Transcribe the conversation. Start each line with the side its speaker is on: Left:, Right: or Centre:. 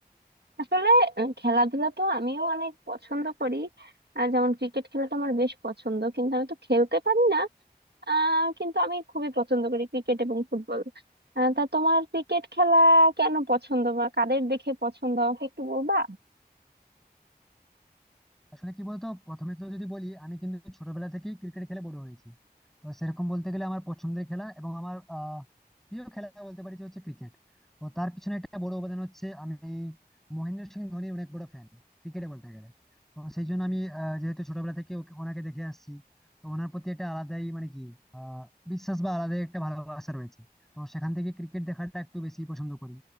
Right: আসলে উম, খেলাধুলা তো আমিও অনেক পছন্দ করি আহ, যেমন ক্রিকেট খেলাটা আমার বেশ পছন্দ কিন্তু আমি তো খেলতে পারি না আহ, কিন্তু আমি খুবই পছন্দ করি ক্রিকেট এবং ফুটবল আহ, তা তোমার ক্রিকেট খেলা কেন পছন্দ বা কাদের দেখে পছন্দ আমাকে একটু বলবা
Centre: আসলে কি বলতো প্রথমে তো যদি বলি আমি কিন্তু ছোটবেলা থেকেই ক্রিকেট খেলে বড় হয়েছি তো সেরকম বলতে গেলে আমার পছন্দের খেলা এবং আমার আহ, প্রিয় খেলা বলতে পারি যে হচ্ছে ক্রিকেট তো তার পিছনে একটা বড় অবদান হচ্ছে আমি মহেন্দ্র সিং ধোনির অনেক বড় ফ্যান ক্রিকেটে বলতে গেলে তো সেই জন্য আমি আহ, যেহেতু ছোটবেলা থেকে ওকে- ওনাকে দেখে আসছি তো ওনার প্রতি একটা আলাদাই মানে কি আহ, বিশ্বাস বা আলাদাই একটা ভালোবাসা রয়েছে তো সেখান থেকে ক্রিকেট দেখাটা একটু বেশি পছন্দ করি